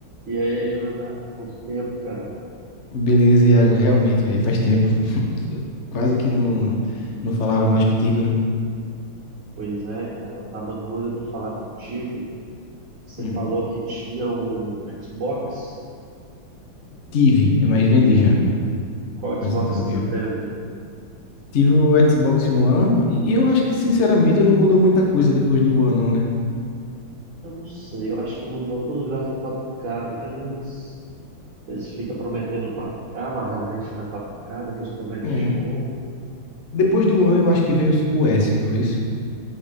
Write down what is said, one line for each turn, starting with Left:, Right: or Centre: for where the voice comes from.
Right: E aí, Jonathan, quanto tempo, cara?
Left: Beleza, Iago, realmente, velho, faz tempo. <laughs> Quase que não, não falava mais contigo, né?
Right: Pois é, cara, eu tava doido pra falar contigo. Você
Left: Hum.
Right: falou que tinha um Xbox?
Left: Tive, é, mas vendi já,
Right: Qual
Left: faz
Right: Xbox
Left: um tempinho.
Right: que você teve?
Left: Tive o Xbox One e, e eu acho que, sinceramente, não mudou muita coisa depois do One, não, né?
Right: Eu não sei, eu acho que mudou para os gráficos 4K, né? Mas eles ficam prometendo 4K, mas realmente não é 4K, depois promete
Left: É.
Right: de novo.
Left: Depois do One, eu acho que veio o S, não foi isso?